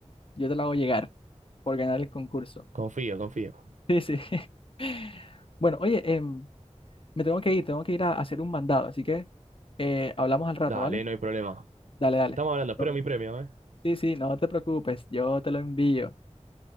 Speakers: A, on the left (about 45°); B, on the right (about 90°).
A: yo te lo hago llegar por ganar el concurso.
B: confío, confío.
A: Sí, sí. <laughs> Bueno, oye, em, me tengo que ir, tengo que ir a, a hacer un mandado, así que eh, hablamos al rato,
B: Dale,
A: ¿vale?
B: no hay problema.
A: Dale, dale.
B: Estamos hablando, espero
A: Todo bien.
B: mi premio, ¿eh?
A: Sí, sí, no te preocupes, yo te lo envío.